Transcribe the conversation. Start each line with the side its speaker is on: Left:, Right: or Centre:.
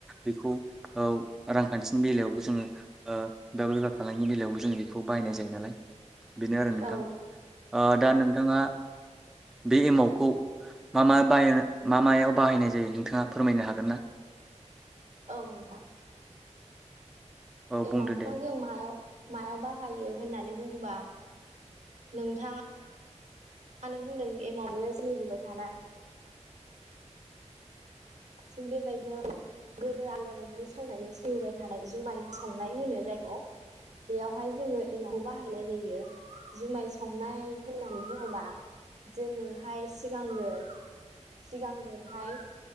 Centre: बेखौ औ रांखान्थिनि बेलायावबो जोङो ओ बेबा बेफार फालांगिनि बेलायावबो जोङो बेखौ बाहायनाय जायो नालाय। बेनो आरो नोंथां
Right: औ
Centre: ओर। दा नोंथाङा। बे एमावखौ मा मा मायाव बाहायनाय जायो नोंथाङा फोरमायनो हागोन ना।
Right: औ नोंथां।
Centre: औ
Right: एमावखौ
Centre: बुंदो दे
Right: जों मायाव मायाव बाहायो होननानै बुङोबा नोंथाङा आनो बुंदों एमाव ओ सोलिबोबाय थानाय थिग बेबायदिनो गोदो आइ आबौनि समनानो सैबोबाय थानाय जुमाय संनाय होनो जायखौ बेयावहाय जोङो एमावखौ बाहायनाय जायो जुमाय संनाय होननानै बुङोबा जोङोहाय सिगांनो सिगांगोरहाय